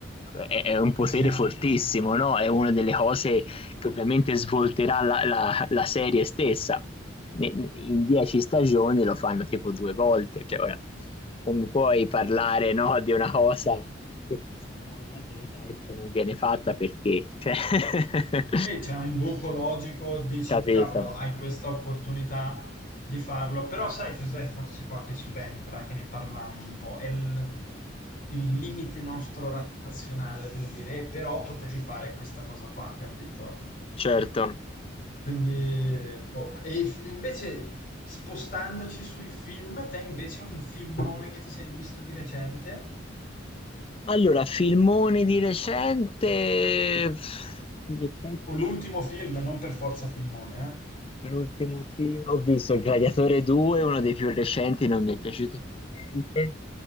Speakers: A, on the left (about 30°); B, on the left (about 45°).
A: è, è un potere
B: Eh,
A: fortissimo, no? È una delle cose che ovviamente svolterà la, la- la serie stessa. Ne- ne- In dieci stagioni lo fanno tipo due volte, cioè ora non mi puoi parlare, no, di una cosa che può salvare la vita e poi non viene fatta perché, cioè, <laughs>
B: E c'è un buco logico, dici
A: capito?
B: cavolo, hai questa opportunità di farlo, però sai cos'è forse qua che subentra, che ne parlammo un po', è il, il limite nostro razionale del dire, "Eh, però potevi fare questa cosa qua, capito?
A: Certo.
B: Quindi, boh. E i f- invece spostandoci sui film, te invece un filmone che ti sei visto di recente?
A: Allora, filmone di recente, in effetti
B: O l'ultimo film, non per forza filmone, eh?
A: L'ultimo film, ho visto Il Gladiatore 2, uno dei più recenti, non mi è piaciuto per niente,